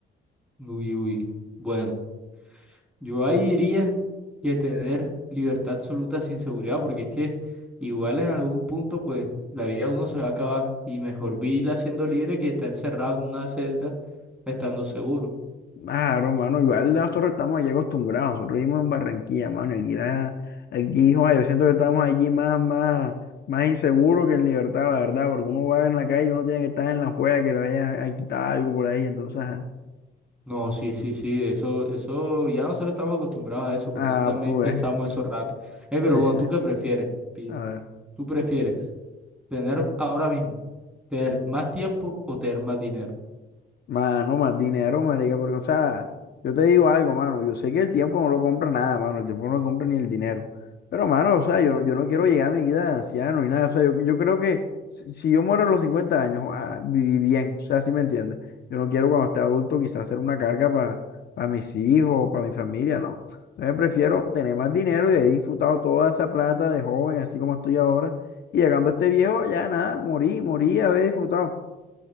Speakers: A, in the centre; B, on the left.
A: uy, uy. Bueno, yo ahí diría que tener libertad absoluta sin seguridad, porque es que igual en algún punto, pues la vida de uno se va a acabar y mejor vivirla siendo libre que estar encerrado en una celda estando seguro.
B: ah romano igual nosotros estamos allí acostumbrados, nosotros vivimos en Barranquilla, mano, y aquí, la- aquí joa, yo siento que estamos allí más, más, más inseguros que en libertad, la verdad, porque uno va en la calle y uno tiene que estar en la juega que le vayan a quitar algo por ahí, entonces, ajá.
A: No, sí, sí, sí, eso, eso, ya nosotros estamos acostumbrados a eso, por
B: Ah,
A: eso también
B: pues,
A: pensamos eso rápido. Eh, pero
B: sí,
A: bueno,
B: sí,
A: ¿tú qué prefieres, pilla?
B: a ver.
A: ¿Tú prefieres tener ahora mismo, tener más tiempo o tener más dinero?
B: Mano, más dinero, marica, porque, o sea, yo te digo algo, mano, yo sé que el tiempo no lo compra nada, mano, el tiempo no lo compra ni el dinero, pero, mano, o sea, yo, yo no quiero llegar a mi vida de anciano ni nada, o sea, yo, yo creo que si, si yo muero a los 50 años, ah, viví bien, o sea, si me entiendes? Yo no quiero cuando esté adulto quizás ser una carga para mis hijos, para mi familia, no. Entonces prefiero tener más dinero y haber disfrutado toda esa plata de joven, así como estoy ahora, y llegando a este viejo, ya nada, morí, morí, haber disfrutado.